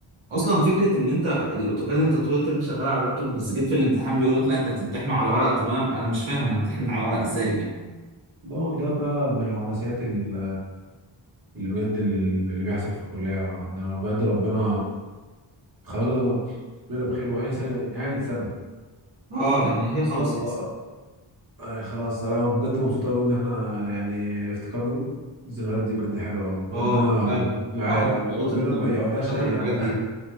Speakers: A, on the right; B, on the right.
A: اصلا فكره ان انت الاوتوكاد انت طول الترم شغال على اللابتوب بس جيت في الامتحان بيقول لك لا انت هتمتحنه على ورقه طب انا انا مش فاهم انا همتحن على ورقه ازاي يعني
B: ده وده بقى من عبثيات ال- اللي بجد ال- اللي بيحصل في الكلية عندنا بجد ربنا خرجنا منها بخير وهي سنة يعني سنة إن
A: اه يعني هي خلاص
B: شاء الله
A: هي سنه
B: أي خلاص أنا بجد مبسوط أوي إن إحنا يعني افتكرنا الذكريات دي بجد حلوة أوي ربنا
A: اه فعلا
B: مع-
A: الواحد مبسوط
B: ربنا
A: انه
B: ما يقعدهاش
A: افتكر
B: أيام
A: الحاجات
B: بقى
A: دي